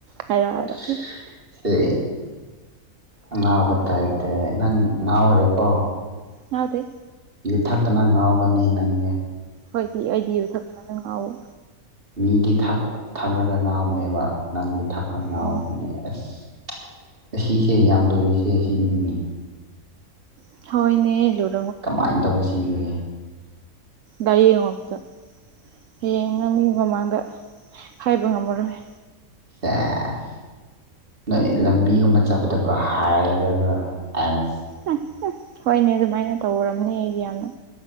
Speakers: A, on the right (about 65°); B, on the right (about 40°).
A: ꯍꯥꯏꯔꯣ ꯍꯥꯏꯔꯣ
B: <inaudible> ꯁꯦ ꯑꯉꯥꯎꯕ ꯇꯥꯏꯄꯇꯥ ꯅꯪ ꯉꯥꯎꯔꯦꯀꯣ
A: ꯉꯥꯎꯗꯦ꯫
B: ꯌꯨ ꯊꯛꯇꯅ ꯉꯥꯎꯕꯅꯦ ꯅꯪ
A: ꯍꯣꯏꯗꯤ ꯑꯩꯗꯤ ꯌꯨꯊꯛꯇꯅ ꯑꯗꯨ ꯉꯥꯎꯋ
B: ꯃꯤꯒꯤ ꯊꯥꯛꯂꯒ ꯉꯥꯎꯕꯅꯦꯕ ꯅꯪꯒꯤ ꯊꯥꯛꯄ ꯉꯥꯎꯕꯅꯦ
A: ꯑꯣ
B: ꯑꯁ ꯑꯁꯤꯁꯦ ꯌꯥꯝ ꯂꯨꯔꯤꯁꯦ ꯑꯁꯤꯅꯤꯅꯦ
A: ꯍꯣꯏꯅꯦꯂꯣꯏ
B: ꯀꯃꯥꯏꯅ ꯇꯧ ꯁꯤꯒꯦ
A: ꯗꯩꯌꯦ ꯑꯝꯇ ꯍꯌꯦꯢ ꯅꯪ ꯃꯤ ꯃꯥꯃꯡꯗ ꯍꯥꯏꯕ ꯉꯥꯝꯃꯔꯣꯏ꯫
B: <unintelligible> ꯅꯣꯏ ꯂꯝꯕꯤꯒꯨꯝꯕ ꯆꯠꯄꯗꯀꯣ ꯍꯥꯏꯔꯒꯒ ꯑꯦꯟꯁ
A: ꯍꯨꯝ ꯍꯨꯝ ꯍꯣꯏꯅꯦ ꯑꯗꯨꯃꯥꯏꯅ ꯇꯧꯔꯕꯅꯤ ꯑꯩꯗꯤ ꯌꯥꯝꯅ